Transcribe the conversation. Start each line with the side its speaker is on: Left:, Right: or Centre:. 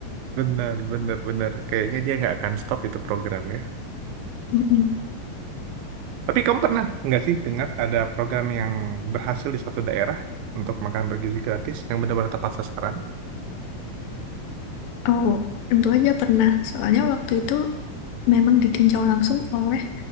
Right: Bener, bener, bener. Kayaknya dia nggak akan stop itu programnya.
Left: Mm-mm.
Right: Tapi kamu pernah nggak sih dengar ada program yang berhasil di suatu daerah untuk makan bergizi gratis yang benar-benar tepat sasaran?
Left: Oh tentu aja pernah soalnya waktu itu memang ditinjau langsung oleh